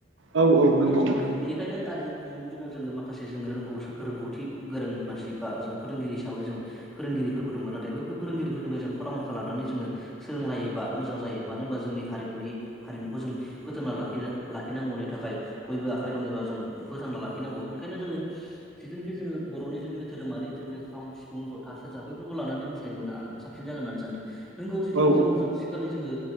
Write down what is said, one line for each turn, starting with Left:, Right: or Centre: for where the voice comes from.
Right: औ औ नंगौ
Centre: नोंगौ
Right: नोंथां
Centre: बेनिखायनो आजि दिनैनि दिनाव जोङो माखासे जोङो रोंगौसा रोंगौथि गोरों मानसि बा जों फोरोंगिरि हिसाबै जों फोरोंगिरिफोरबो दङो नाथायबो बे फोरोंगिरिफोरनिबो जों फरामनखौ लानानै जोङो सोलोंनो हायोबा मोजां जायो मानो होनबा जोंनि हारिमुनि हारिमुखौ जों फोथांना लाखिनो लाखिनांगौनि थाखाय बयबो आखाइ दङ एबा जों फोथांना लाखिनांगौ ओंखायनो जोङो जिथुखि जोङो जुदि जोङो धोरोमारि <inaudible> खाम सि फुं जथा सेरजा बैफोरखौ लानानै मोसायोबा ना आं साबसिन जागोन होननानै सानदों नोंगौ जिथुनाखि
Right: औ
Centre: जों <unintelligible> थिखालनि जोङो